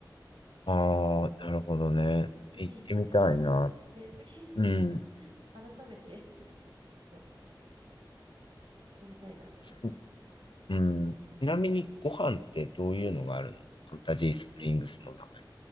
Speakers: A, on the left (about 80°); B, on the right (about 80°).
A: ああ、なるほどね。
B: ちょっと次行った時に、
A: 行ってみたいな。
B: ね、<laughs> 次行ってき、
A: うん。
B: <laughs> 改めて <laughs> ちょっと行ってみたいな。
A: ちうん。ちなみにご飯ってどういうのがあるのファンタジースプリングスの中に。